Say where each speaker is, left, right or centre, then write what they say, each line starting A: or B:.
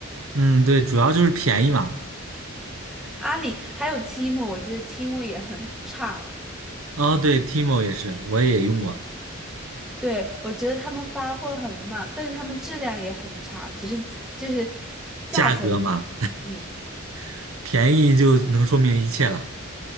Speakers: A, on the right; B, in the centre.
A: 嗯，对，主要就是便宜嘛。
B: 阿里还有提莫，我觉得提莫也很差。
A: 哦，对，Timo 也是，我也用过，
B: 对，我觉得他们发货很慢，但是他们质量也很差，只是就是价钱的话，
A: 价格嘛，
B: 你
A: <laughs> 便宜就能说明一切了。